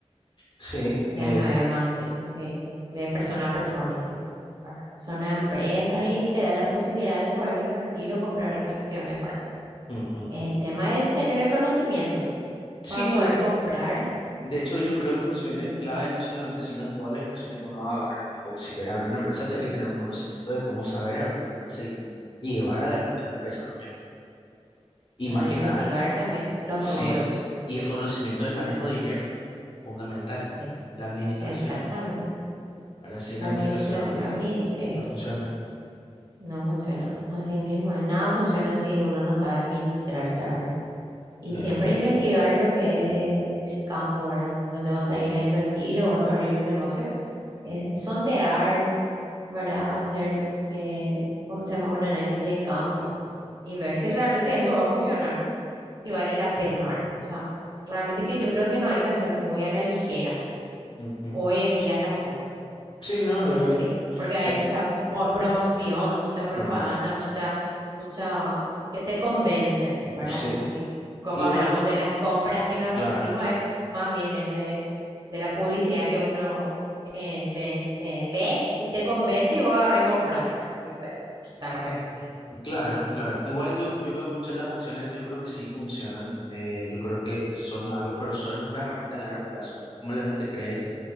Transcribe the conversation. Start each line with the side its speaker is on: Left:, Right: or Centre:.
Left: Sí,
Right: Ya
Left: eh,
Right: no es más de, sí, de persona a persona, sino, ¿verdad? Son a empresas y te da la posibilidad de poder invertir o comprar acciones, ¿verdad?
Left: Ujú.
Right: El tema es tener el conocimiento
Left: sí,
Right: para poder
Left: no, de,
Right: comprar,
Left: de hecho yo creo que el conocimiento es en clave no solamente, sino en todas las inversiones que uno haga, ¿verdad? Tipo, si quieres abrir una empresa, tienes que tener un conocimiento de cómo saber abrir una empresa y cómo llevar adelante la empresa también. Y
Right: claro,
Left: más que
Right: investigar
Left: nada,
Right: también los
Left: sí,
Right: rubros.
Left: y el conocimiento del manejo de dinero. fundamental,
Right: Es,
Left: la administración.
Right: exactamente.
Left: Ahora, sin
Right: La
Left: administración
Right: administración y sí,
Left: no funciona,
Right: no funciona así mismo. eh, Nada funciona si uno no sabe administrarse, ahora Y
Left: claro.
Right: siempre investigar lo que es eh, el campo, ¿verdad? Donde vas a ir a invertir o vas a abrir un negocio eh, sondear, ¿verdad? Hacer, eh, ¿cómo se llama? Un análisis de campo y ver si realmente eso va a funcionar, si vale la pena, ¿verdad? O sea, realmente que yo creo que no hay que hacer muy a la ligera
Left: Ujú.
Right: hoy en día las cosas.
Left: Sí, no,
Right: Eso
Left: Eh,
Right: sí, porque hay
Left: ac-
Right: mucha po- promoción, mucha propaganda,
Left: mm,
Right: mucha, mucha que te convencen,
Left: mm,
Right: ¿verdad?
Left: sí,
Right: Así como
Left: igual,
Right: hablamos de las compras que nos arrepentimos,
Left: claro,
Right: es, más bien es de, de la publicidad que uno eh, ven- eh, ve y te convence y vos agarrás y compras, ¿verdad? Y después te arrepentís.
Left: claro, claro. Igual yo, yo veo muchas las acciones, yo creo que sí funcionan, eh, yo creo que son algo, pero son una herramienta a largo plazo, ¿no? Es como la gente cree